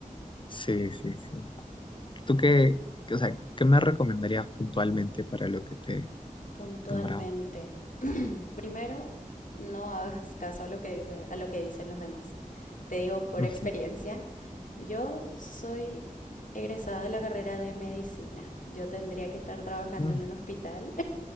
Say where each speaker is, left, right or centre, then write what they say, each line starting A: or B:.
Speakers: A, on the left; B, on the left.
A: Sí, sí, sí. ¿Tú qué, qué- o sea, qué me recomendarías puntualmente para lo que te he
B: puntualmente.
A: nombrado?
B: <clears throat> Primero, no hagas caso a lo que dice, a lo que dicen los demás. Te digo por
A: Ujú.
B: experiencia, yo soy egresada de la carrera de medicina. Yo tendría que estar trabajando
A: Mm.
B: en un hospital